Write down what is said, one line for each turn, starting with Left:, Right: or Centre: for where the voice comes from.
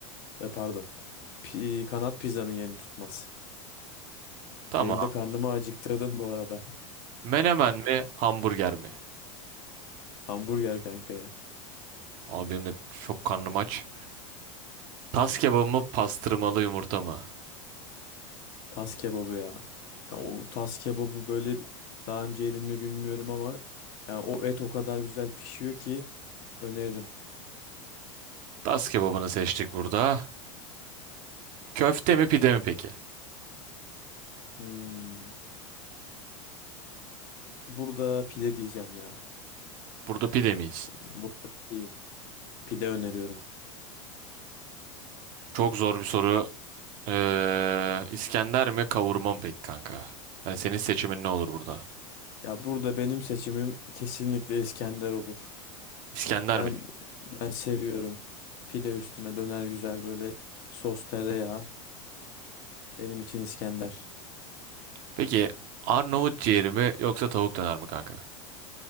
Left: E, pardon. Pi- kanat pizzanın yerini tutmaz.
Right: Tamam.
Left: Benim de karnımı acıktırdın bu arada.
Right: Menemen mi, hamburger mi?
Left: <laughs> Hamburger kanka ya.
Right: Abi benim de çok karnım aç. Tas kebabı mı, pastırmalı yumurta mı?
Left: Tas kebabı ya. Ka- O tas kebabı böyle daha önce yedin mi bilmiyorum ama yani o et o kadar güzel pişiyor ki öneririm.
Right: Tas kebabını seçtik burada. Köfte mi, pide mi peki?
Left: Hmm. Burada pide diyeceğim ya.
Right: Burada pide miyiz?
Left: Burada pideyim. Pide öneriyorum.
Right: Çok zor bir soru. Ee, İskender mi, kavurma mı peki kanka? Yani senin seçimin ne olur burada?
Left: Ya burada benim seçimim kesinlikle İskender olur.
Right: İskender
Left: Ben
Right: mi?
Left: ben seviyorum. Pide üstüne döner güzel böyle sos tereyağı. Benim için İskender.
Right: Peki Arnavut ciğeri mi yoksa tavuk döner mi kanka?